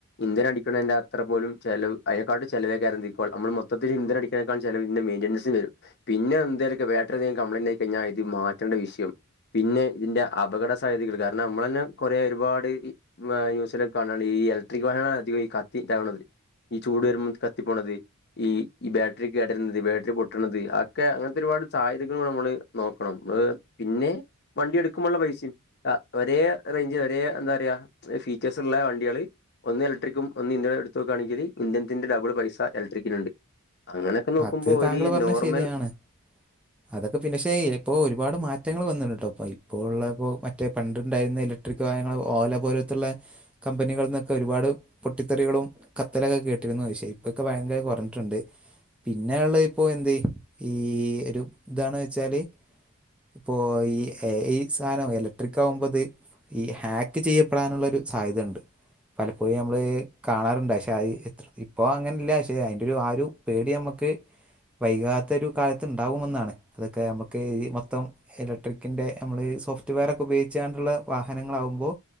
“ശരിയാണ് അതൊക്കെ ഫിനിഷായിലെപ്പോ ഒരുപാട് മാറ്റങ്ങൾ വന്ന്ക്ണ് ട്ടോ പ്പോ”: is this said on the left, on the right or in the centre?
Centre